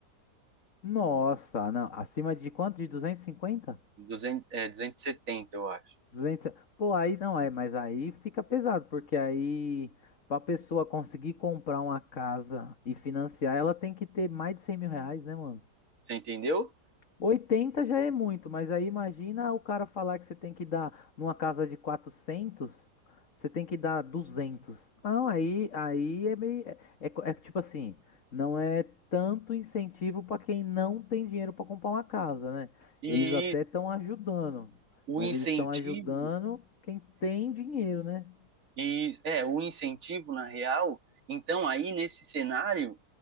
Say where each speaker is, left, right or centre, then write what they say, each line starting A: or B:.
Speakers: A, on the left; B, on the right.
A: Nossa, não. Acima de quanto? De 250?
B: 200 é, 270 eu acho.
A: duzentos Pô, aí não é, mas aí fica pesado, porque aí pra pessoa conseguir comprar uma casa e financiar, ela tem que ter mais de 100 mil reais, né, mano?
B: Você entendeu?
A: 80 já é muito, mas aí imagina o cara falar que você tem que dar numa casa de 400, você tem que dar 200. Não, aí, aí é meio. É, é co- é tipo assim, não é tanto incentivo para quem não tem dinheiro para comprar uma casa, né?
B: E
A: Eles até estão ajudando,
B: o
A: mas
B: incentivo,
A: eles estão ajudando quem tem dinheiro, né?
B: e é, o incentivo na real, então aí nesse cenário,